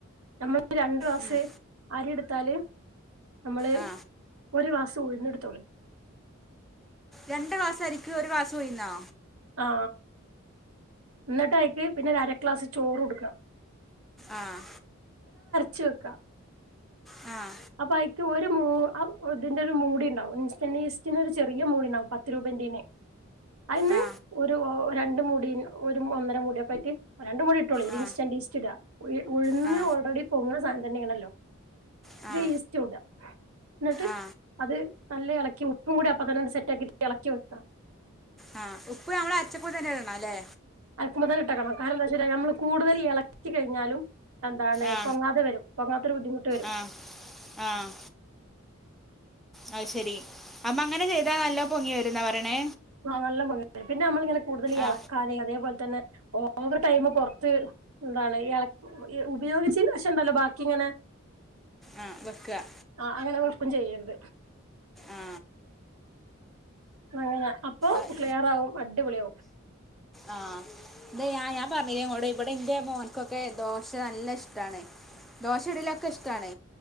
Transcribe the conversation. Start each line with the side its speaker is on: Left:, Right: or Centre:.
Right: നമ്മൾ രണ്ട് ക്ലാസ്സ്
Centre: ഉം,
Right: അരിത്ത് ത്താല് നമ്മള്
Centre: ആ
Right: ഒരു ക്ലാസ് ഉഴുന്ന് ഇട്ത്തോളീ
Centre: രണ്ട് ക്ലാസ് അരിക്ക് ഒരു ക്ലാസ് ഉയിന്നോ
Right: ആ ഇന്നട്ടയ്ക്ക് പിന്നെ ഒര് അരക്ലാസ് ചോറുട്ക്കാ
Centre: ആ
Right: ച് വെക്കാ
Centre: ആ
Right: അപ്പൊ അയിക്ക് ഒരു മൂ ഇതിന്റെ ഒരു മൂടി ഉണ്ടാവും ഇൻസ്റ്റൻ്റ് ഈസ്റ്റിൻ്റെ ഒരു ചെറിയ മൂടി ഉണ്ടാവും പത്ത് രൂപ് പിന്നെ അയിന്ന്
Centre: ആ
Right: ഒരു രണ്ട് മുടി ഒരു ഒന്നര മുടിയൊകായിറ്റ് രണ്ട് മുടി ഇട്ടോളി ഇത്
Centre: ആ
Right: ഇൻസ്റ്റന്റ് ഈസ്റ്റ് ഇടാ ഉഴന്ന്
Centre: ആ
Right: ഓൾറെഡി പൊങ്ങ്ണ സാനം തന്നേണല്ലോ
Centre: ആ
Right: ഈസ്റ്റും ഇടാ ന്നട്ട്
Centre: ആ
Right: അത് നല്ലോ എളക്കി ഉപ്പും കൂടി അപ് അപ്പതെന്നാട്ട് സെറ്റാക്കക്കിട്ട് എളക്കി വെക്കാ
Centre: ആ ഉപ്പ് നമ്മള അരച്ചപ്പം തന്നെ ഇടണം ല്ലേ
Right: അരക്കുമ്പം തെന്നെ ഇട്ടെകണം കാരണംന്താ വെച്ചാ നമ്മള് കൂടുൽ എളക് എളകി കഴിഞ്ഞാലും എന്താണ്
Centre: ആ
Right: പൊങ്ങാതെ വരും പൊങ്ങാത്തൊരു ബുദ്ധിമുട്ട് വരും
Centre: ആ ആ അത് ശരി അപ്പ അങ്ങനെ ചെയ്താ നല്ലോ പൊങ്ങി വരുംന്നാ പറിണേ
Right: ആ നല്ലംപൊങ്ങി വരും പിന്നെ അമ്മളിങ്ങനെ കൂടുതൽ
Centre: ആ
Right: എളക്കാന് അതേപോലെ തന്നെ ഓവർ ടൈമ് പൊർത്ത് എന്താണ് എൾ ഇ ഉപയോഗിച്ചീന്ന് ശേഷണ്ടല്ലോ ബാക്കി ഇങ്ങനെ
Centre: ആ വെക്കുക
Right: ആഹ് അങ്ങനെ വെക്കും ചെയ്യരുത്
Centre: ആ
Right: അങ്ങനെ അപ്പൊ
Centre: അത്
Right: ക്ലിയർ ആവും അടിപൊളിയാവും
Centre: ആ ഇത് ഞാൻ ഞാൻ പറഞ്ഞില്ലേ ഇങ്ങളോട് ഇവിടെ ഇന്റെ മോൻക്കൊക്കെ ദോശ നല്ല ഇഷ്ടാണ് ദോശി ഇഡ്ലിയൊക്കെ ഇഷ്ടാണ്